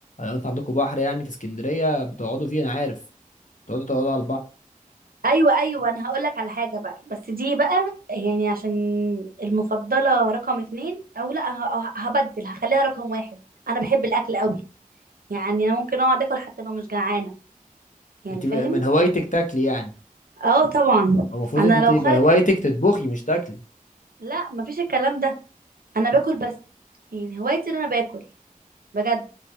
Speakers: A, on the left; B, on the right.
A: لو انت عندكم بحر يعني في اسكندرية بتقعدوا فيه انا عارف بتقعدوا تقعدوا على البحر
B: ايوه ايوه انا هقول لك على حاجه بقى بس دي بقى يعني عشان المفضله رقم اتنين او لا ه- ه- هبدل هخليها رقم واحد انا بحب الاكل قوي يعني انا ممكن اقعد اكل حتى لو مش جعانه يعني
A: انت
B: فاهم
A: بقى من هوايتك تاكلي يعني
B: اه طبعا
A: هو المفروض
B: انا
A: ان انت
B: لو
A: بهوايتك
B: خارجه
A: تطبخي مش تاكلي
B: لا مفيش الكلام ده انا باكل بس يعني هوايتي ان انا باكل بجد